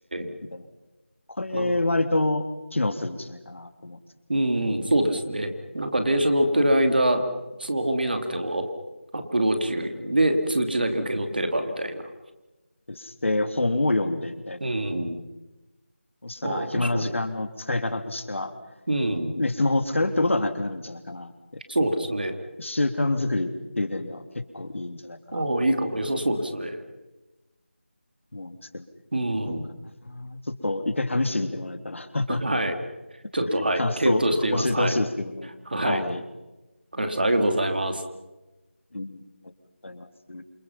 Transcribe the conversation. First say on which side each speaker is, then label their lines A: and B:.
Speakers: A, on the right; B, on the left.
A: え。
B: みたいな。これ、
A: な
B: 割と機能するんじゃないかなと思うんです
A: うん、そうですね。なんか電車乗ってる間、スマホ見なくても、アップルウォッチで通知だけ受け取ってればみたいな。
B: けど。で、本を読んで、みたいな。
A: うん。
B: そしたら、
A: ああ、
B: 暇な時間の使い方としては、
A: 確かに。うん。
B: ね、スマホを使うってことはなくなるんじゃないかなって
A: そうですね。
B: 習慣作りっていう点では結構いいんじゃないかなと
A: ああ、いいかも。良さそうですね。
B: 思うんですけどね。
A: うん。
B: どうかな。ちょっと一回試してみてもらえたら
A: はい。ちょっと、
B: <laughs>
A: はい。
B: 感想を教えてほしいですけどね。
A: 検討してみます。はい。はい。
B: はい。
A: わかりました。ありがとうございます。
B: うん、ありがとうございます。